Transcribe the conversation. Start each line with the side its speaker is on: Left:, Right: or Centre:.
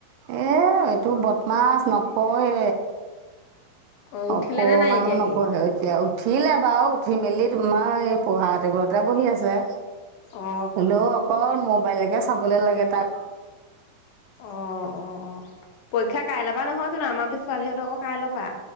Right: এহ, এইটো বদমাছ নপঢ়ে।
Left: অ উঠিলে
Right: অকমানু
Left: নে নাই এতিয়া
Right: নপঢ়ে
Left: সি
Right: এতিয়া। উঠিলে বাৰু উঠি মেলি তোমাৰ এ পঢ়া টেবুলতে বহি আছে।
Left: অ
Right: হলেও অকল মোবাইলেকে চাবলে লাগে। তাক
Left: অ' অ' অ' পৰীক্ষা কাইলৈ পৰা নহয় জানো? আমাৰ ছোৱালীহঁতৰ আকৌ কাইলৈ পৰা।